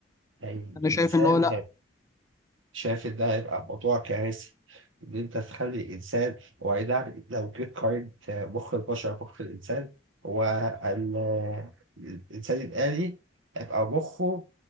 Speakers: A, on the right (about 85°); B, on the left (about 15°).
A: يعني
B: انا
A: الإنسان
B: شايف ان هو لا
A: شايف إن ده هيبقى موضوع كارثي إن أنت تخلي الإنسان هو أي نعم لو جيت قارنت مخ البشر بمخ الإنسان هو ال- الإنسان الآلي هيبقى مخه